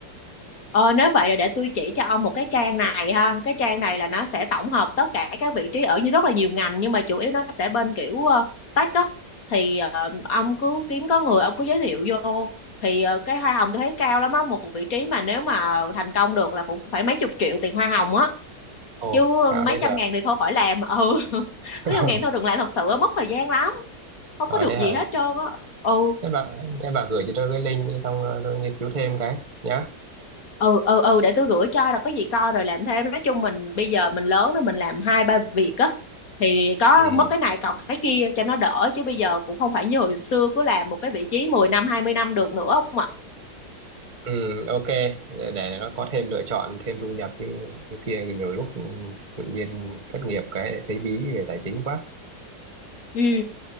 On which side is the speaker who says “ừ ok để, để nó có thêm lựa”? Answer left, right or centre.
Right